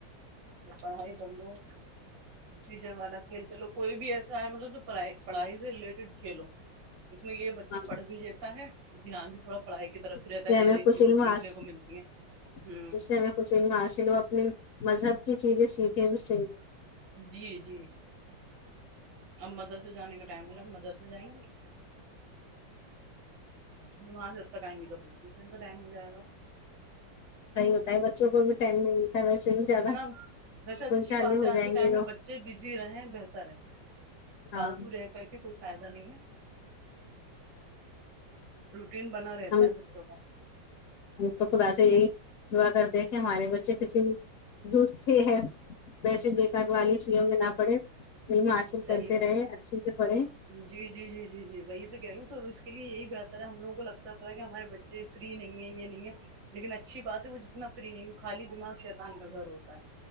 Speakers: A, on the right; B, on the left.
A: میں پڑھائی کر لو ٹیشن والا کھیل ک لو کوئی بھی ایسا ہے مطلب جو پڑائی پڑھائی سے ریلیٹڈ کھیلو اس میں یہ بچہ
B: ہاں
A: پڑھ بھی لیتا ہے دھیان بھی تھوڑا پڑھائی کی طرف ہی
B: جس
A: رہتا
B: سے
A: ہے نئی
B: ہمیں
A: نئی
B: کچھ
A: چیزیں
B: علم
A: سیکھنے
B: جس
A: کو ملتی ہیں ہوں
B: سے ہمیں کچھ علم حاصل ہو اپنے مذہب کی چیزیں سیکھیں بھی صحی
A: جی جی اب مدرسے جانے کا ٹائم ہو رہا مدرسے جائیں گی وہاں سے جب تک آئیں گی تب ٹیوشن کا ٹائم ہو جائے گا
B: صحی ہوتا ہے بچوں کو بھی ٹائم نہیں ملتا ویسے بھی زیادہ
A: جتنا ویسے
B: اسکول
A: اچھی
B: چالو
A: بات ہے
B: ہو
A: آج
B: جائیں
A: کے ٹائم
B: گے
A: میں
B: تو
A: بچے بزی رہے بہتر ہے فالتو
B: ہاں
A: رہ کر کے کچھ فائدہ نہیں ہے دل بنا رہتا
B: ہم
A: ہے بچوں کا
B: ہم تو خدا سے یہی دعا کرتے کہ ہمارے بچے کسی دوست ہی ہے ویسے بے کار والے چیزوں میں نہ پڑے علم حاصل
A: صحی
B: کرتے
A: بات
B: رہے اچھے سے پڑھے
A: جی جی جی جی جی وہی تو کہہ رہی ہوں تو اس کے لیے یہی بات پھر ہم لگ کو لگتا ہے کہ ہمارے بچے فری نہیں ہے یہ نہیں ہے لیکن اچھی بات ہے وہ جتنا فری نہیں خالی دماغ شیطان کا گھر ہوتا ہے